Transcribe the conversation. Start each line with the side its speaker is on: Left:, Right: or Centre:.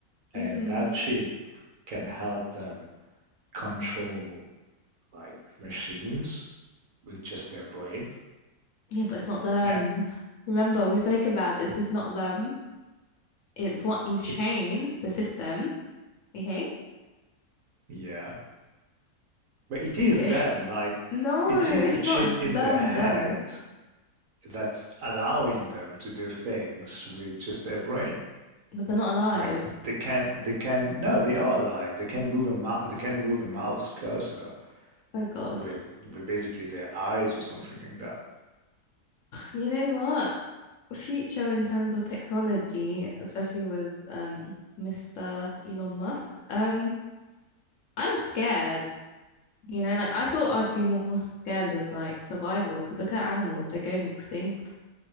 Left: hmm
Right: and that chip can help them control like machines with just their brain.
Left: Yeah, but it's not them.
Right: Uh,
Left: Remember, we spoke about this. It's not them. It's what you've trained
Right: it
Left: the system. Okay.
Right: yeah, but it is
Left: Okay.
Right: them
Left: <laughs>
Right: like
Left: No,
Right: it is
Left: it's
Right: a chip
Left: not
Right: in
Left: them,
Right: their head
Left: them.
Right: that's allowing them to do things with just their brain.
Left: But they're not alive.
Right: Like they can, they can. No, they are alive. They can move a mou- they can move a mouse cursor
Left: Oh God.
Right: with with basically their eyes or something like that.
Left: You know what? Future in terms of technology, especially with um Mr. Elon Musk, um, I'm scared. You know, like I thought I'd be more scared of like survival because look at animals, they're going extinct.